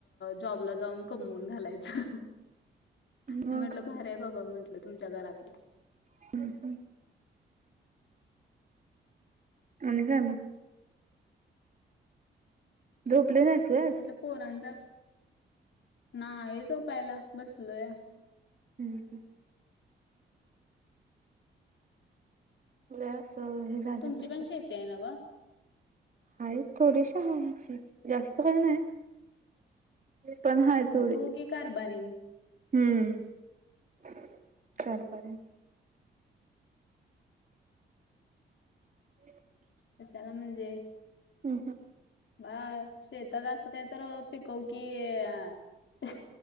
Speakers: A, on the left; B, on the right.
A: जॉबला जाऊन कमवून घालायचं.
B: मग
A: म म्हटलं भऱ्या बाबा म्हंटलं तुमच्या घरातलं.
B: ह ह. आणि जाम. झोपली नाहीस आज.
A: म्हटलं पोरांचा नाही आहे झोपायला बसलोय.
B: हम हम. लई अस हे झालं
A: तुमची
B: कसतरी.
A: पण शेती आहे ना व
B: हाय थोडीशी आहे अस जास्त वेळ नाही. पण हाय थोडी
A: मग तू की कारभारीण.
B: हम्म कारभारीण. <unintelligible>
A: कशाला म्हणजे.
B: हम हम.
A: ब शेतात असं काय तर पिकवू की आ अह.